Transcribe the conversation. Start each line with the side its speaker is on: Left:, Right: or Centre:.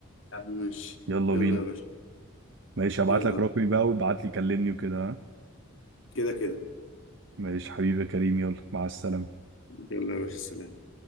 Left: يا عم ماشي
Right: يلا
Left: يلا
Right: بينا
Left: يا باشا
Right: ماشي هبعت
Left: يلا
Right: لك رقمي بقى وابعت لي كلمني وكده ها؟
Left: كده كده
Right: ماشي حبيبي يا كريم يلا مع السلامة
Left: يلا يا باشا سلام